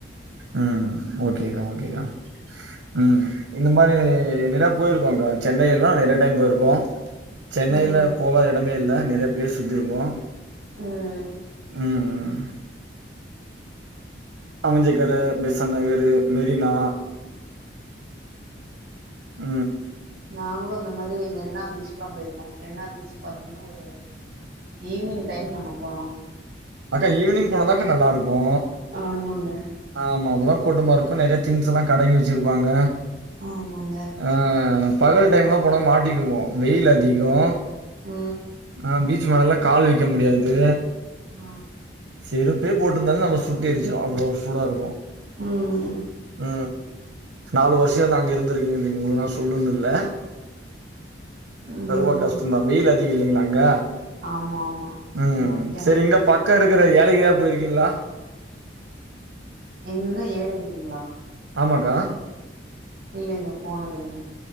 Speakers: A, on the right; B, on the right.
A: ம் ஓகேக்கா ஓகேக்கா ம் இந்த மாரி நெறா போயிருக்கோங்க்கா சென்னையெல்லா நெறைய டைம் போயிருக்கோ சென்னையில
B: ம்
A: போகாத எடமே இல்ல நெறைய ப்ளேஸ் சுத்திருக்கோ
B: ம் ம்
A: ம் ம் அமஞ்சக்கர பெசன் நகரு மெரினா உ
B: நாங்களு இந்த மாரி மெரினா பீச்க்குல்லா போய் அ மெரினா பீச் பாத்தீங்கன்னா ஒரு ஈவ்னிங் டைம் நாங்க போனோ
A: அக்கா ஈவ்னிங் போனாதாக்கா நல்லாருக்கு
B: ஆமாங்க
A: ஆமா அப்பதா கூட்டமா இருக்கு நெறையா திங்ஸ் எல்லா கடைங்க வச்சிருப்பாங்க
B: ஆமாங்க
A: அ பகல் டைம்லா போனா மாட்டிக்குவோ வெயில் அதிகோ
B: ஆ
A: ஆ பீச் மணல்ல கால் வைக்க முடியாது
B: ஆ
A: செருப்பே போட்ருந்தாலு நம்ம சுட்டெரிச்சிரு அவ்ளோ சூடாருக்கு
B: ம்
A: அ நாலு வருஷோ நா அங்க இருந்திருக்கங்க நீங்க உங்களுக்குல்லா சொல்னுன் இல்ல
B: ம்
A: ரொம்ப கஷ் டோந்தா வெயில் அதிகோ இல்லைங்களா அங்க
B: ஆமா ஆமா
A: ம்
B: ஜாஸ்தியாதான்
A: செரி
B: இருக்கும்
A: இங்க பக்கம் இருக்கிற ஏலகிரி போயிருக்கீங்களா
B: எங்கங்க ஏலகிரிங்களா
A: ஆமாக்கா
B: இல்லைங்க போனதில்லைங்க